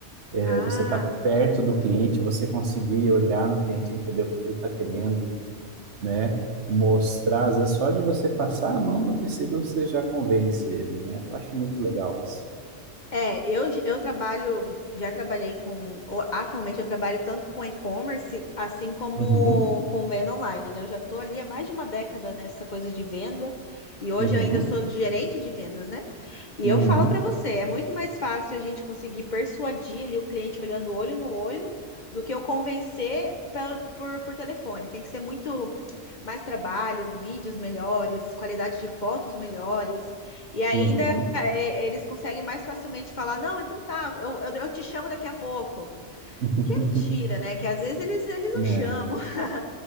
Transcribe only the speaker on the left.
Ah,
É, eu, eu trabalho, já trabalhei com, o- atualmente eu trabalho tanto com e-commerce, assim como
com venda online, né? Eu já tô ali há mais de uma década nessa coisa de venda e hoje
eu ainda sou gerente de vendas, né? E
eu falo pra você, é muito mais fácil a gente conseguir persuadir ali o cliente olhando olho no olho do que eu convencer por, por, por telefone. Tem que ser muito mais trabalho, vídeos melhores, qualidade de fotos melhores. E ainda
é, eles conseguem mais facilmente falar: não, então tá, eu, eu, eu te chamo daqui a pouco.
Que é mentira, né? Que às vezes eles, eles não
chamam. <laughs>